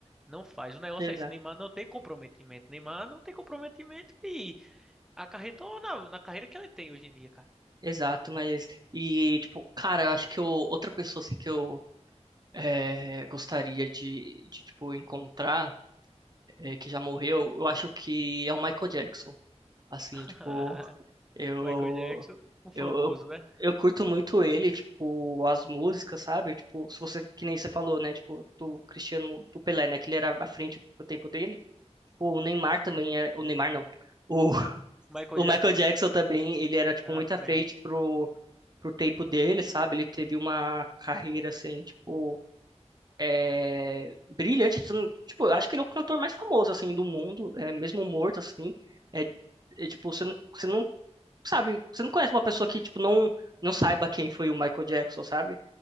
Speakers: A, in the centre; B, on the right (about 35°).
A: Não faz. O negócio
B: exato,
A: é esse, Neymar não tem comprometimento. Neymar não tem comprometimento e acarretou na, na carreira que ele tem hoje em dia, cara.
B: exato, mas, e, tipo, cara, eu acho que eu- outra pessoa, assim, que eu eh, gostaria de, de, tipo, encontrar, eh, que já morreu, eu acho que é o Michael Jackson. Assim,
A: <laughs>
B: tipo, Eu,
A: Michael
B: eu,
A: Jackson, o famoso,
B: eu,
A: né?
B: eu curto muito ele, tipo, as músicas, sabe? Tipo, se você, que nem você falou, né? Tipo, do Cristiano, do Pelé, né? Que ele era à frente pro tempo dele. Pô, o Neymar também era, o Neymar não. O, <laughs>
A: Michael
B: o
A: Jackson
B: Michael Jackson também, ele era, tipo,
A: era
B: muito
A: na frente.
B: à frente pro, pro tempo dele, sabe? Ele teve uma carreira, assim, tipo, é, brilhante. assim, Tipo, eu acho que ele é o cantor mais famoso, assim, do mundo, é, mesmo morto, assim. É, é, tipo, você não, você não sabe, você não conhece uma pessoa que, tipo, não, não saiba quem foi o Michael Jackson, sabe?